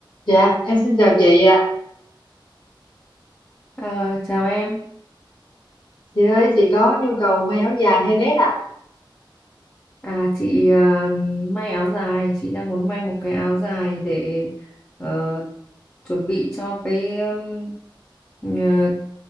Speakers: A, on the left (about 60°); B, on the left (about 25°).
A: Dạ, em xin chào chị ạ.
B: Ờ, chào em.
A: Chị ơi, chị có nhu cầu may áo dài hay vest ạ?
B: À chị ờ, may áo dài, chị đang muốn may một cái áo dài để ờ, chuẩn bị cho cái um, ờ,